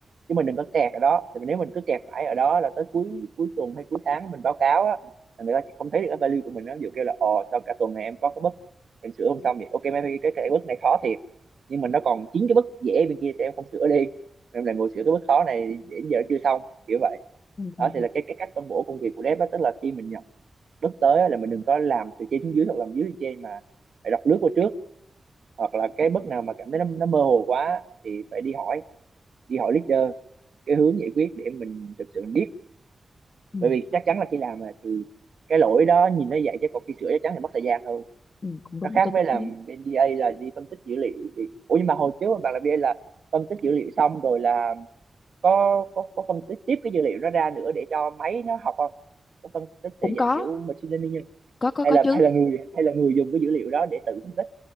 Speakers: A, on the right (about 75°); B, on the left (about 55°).
A: chứ mình đừng có kẹt ở đó thì nếu mình cứ kẹt mãi ở đó là tới cuối cuối tuần hay cuối tháng mình báo cáo á là người ta sẽ không thấy được cái value của mình nó ví dụ kêu là ồ sao cả tuần này em có cái bức em sửa không xong vậy ok mấy cái, cái cái bất này khó thiệt nhưng mà nó còn chín cái bức dễ bên kia thì em không sửa đi em là ngồi sửa cái bức khó này đến giờ chưa xong kiểu vậy
B: ừ
A: đó
B: ừ,
A: thì là cái cái cách phân bổ công việc của dev đó tức là khi mình nhận bức tới á, là mình đừng có làm từ trên xuống dưới hoặc làm dưới lên trên mà phải đọc lướt qua trước hoặc là cái bước nào mà cảm thấy nó, nó mơ hồ quá thì phải đi hỏi đi hỏi leader cái hướng giải quyết để mình thực sự mình biết
B: ừ,
A: bởi vì chắc chắn là khi làm mà thì cái lỗi đó nhìn nó vậy chứ còn khi sửa chắc chắn thì mất thời gian hơn
B: ừ, cũng đúng
A: nó khác
B: tôi
A: với
B: cũng
A: làm
B: thấy
A: bên DA là đi phân tích dữ liệu thì ủa nhưng mà hồi trước bạn làm DA là phân tích dữ liệu xong rồi là có có có phân tích tiếp cái dữ liệu đó ra nữa để cho máy nó học không có phân tích theo
B: cũng
A: dạng
B: có
A: kiểu machine learning
B: có có
A: hay
B: có
A: là
B: chứ
A: hay là người hay là người dùng cái dữ liệu đó để tự phân tích